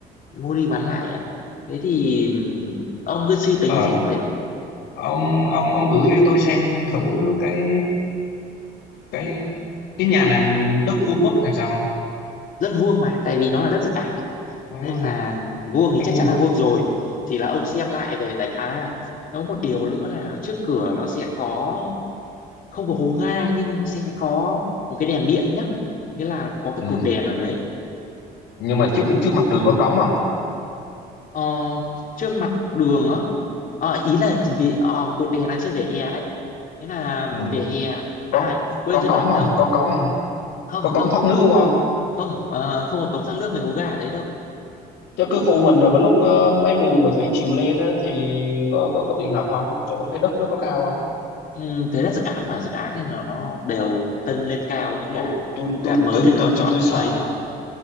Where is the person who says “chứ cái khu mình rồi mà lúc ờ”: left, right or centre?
Left